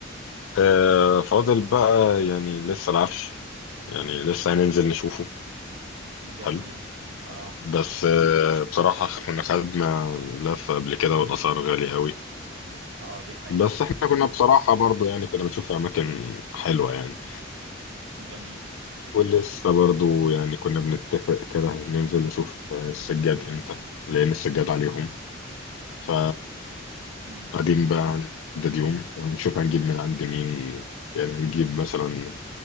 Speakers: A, on the left; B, on the right.
A: آه، فاضل بقى يعني لسه العفش يعني لسه هننزل نشوفه
B: جميل
A: حلو
B: اه
A: بس آه، بصراحة كنا خدنا لفة قبل كده والأسعار غالية قوي
B: اه دي حقيقة
A: بس
B: فعلا
A: احنا كنا بصراحة برضو يعني كنا بنشوف أماكن حلوة يعني
B: جميل
A: ولسه برضو يعني كنا بنتفق كده ننزل نشوف آه، السجاد امتى لأن السجاد عليهم ف
B: امم
A: قاعدين بقى هنحدد يوم وهنشوف هنجيب من عند مين يعني هنجيب مثلا